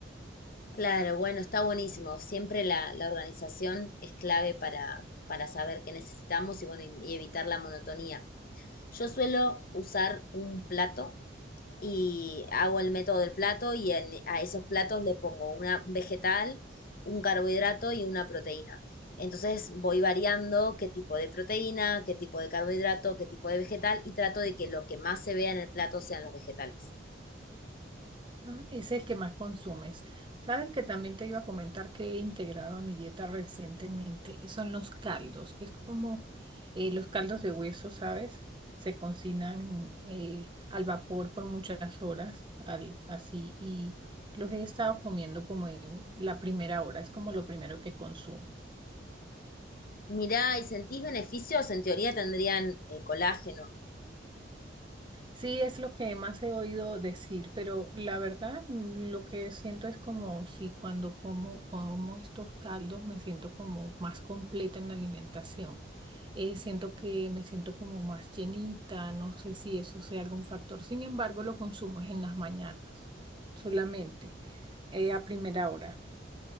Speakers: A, on the left; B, on the right.
A: Claro, bueno, está buenísimo. Siempre la, la organización es clave para, para saber qué necesitamos y bueno, y y evitar la monotonía. Yo suelo usar un plato y hago el método del plato y en- a esos platos le pongo una, un vegetal, un carbohidrato y una proteína. Entonces voy variando qué tipo de proteína, qué tipo de carbohidrato, qué tipo de vegetal y trato de que lo que más se vea en el plato sean los vegetales.
B: ¿no? Ese es el que más consumes. Sabes que también te iba a comentar que he integrado a mi dieta recientemente, son los caldos. Es como eh, los caldos de hueso, ¿sabes? Se cocinan eh, al vapor por muchas horas, al, así, y los he estado comiendo como en la primera hora, es como lo primero que consumo.
A: Mirá, ¿y sentís beneficios? En teoría tendrían eh, colágeno.
B: Sí, es lo que más he oído decir, pero la verdad mm, lo que siento es como si cuando como, como estos caldos me siento como más completa en la alimentación. Eh, siento que me siento como más llenita, no sé si eso sea algún factor. Sin embargo, lo consumo es en las mañanas, solamente, eh, a primera hora.